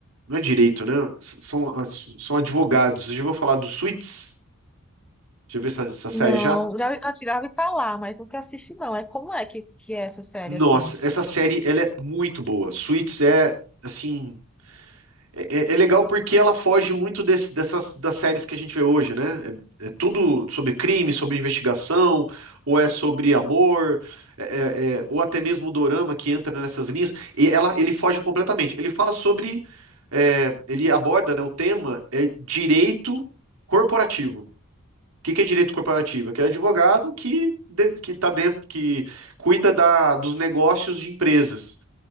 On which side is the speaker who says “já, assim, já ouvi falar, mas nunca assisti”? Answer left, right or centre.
Centre